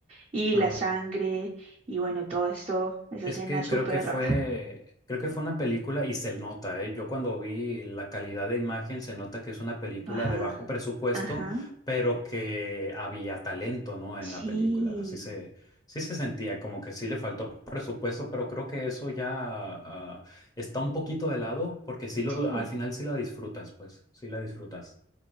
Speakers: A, on the right; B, on the left.
A: y
B: ajá.
A: la sangre y bueno, todo esto, esa
B: Es
A: escena
B: que
A: súper
B: creo que fue,
A: ah,
B: creo que fue una película y se nota, ¿eh? Yo cuando vi la calidad de imagen se nota que es una película
A: baja.
B: de bajo presupuesto,
A: Ajá,
B: pero que había talento, ¿no?
A: sí,
B: En la película. Así se, sí se sentía como que sí le faltó presupuesto, pero creo que eso ya ah, está un poquito de lado porque sí lo,
A: sí.
B: al final sí la disfrutas, pues, sí la disfrutas.